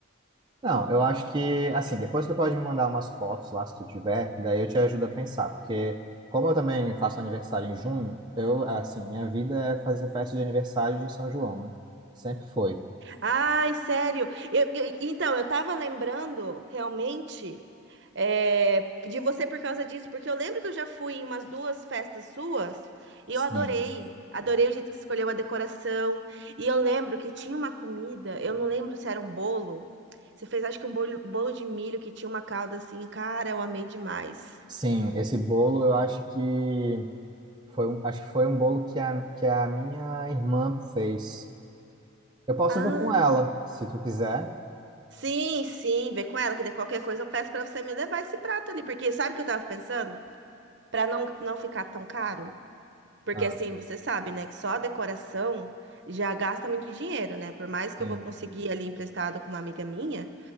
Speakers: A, on the right; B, on the right.
A: Não, eu acho que, assim, depois tu pode me mandar umas fotos lá, se tu tiver, daí eu te ajudo a pensar, porque como eu também faço aniversário em junho, eu, assim, minha vida é fazer festa de aniversário de São João, né? Sempre foi.
B: Ai, sério. Eu- eu- então, eu tava lembrando realmente é, de você por causa disso, porque eu lembro que eu já fui em umas duas festas suas e
A: Sim.
B: eu adorei. Adorei o jeito que você escolheu a decoração. E eu lembro que tinha uma comida, eu não lembro se era um bolo. Você fez, acho que um bolo, bolo de milho que tinha uma calda assim. Cara, eu amei demais.
A: Sim, esse bolo eu acho que foi, um- acho que foi um bolo que a, que a minha irmã fez. Eu posso
B: Ah,
A: ver com ela, se tu quiser.
B: sim, sim. Vê com ela que de qualquer coisa eu peço pra você me levar esse prato ali, porque sabe o que eu tava pensando? Pra não, não ficar tão caro. Porque
A: Ah,
B: assim, você sabe, né, que só a decoração já gasta muito dinheiro, né? Por mais que
A: sim,
B: eu vou conseguir ali emprestado com uma amiga minha,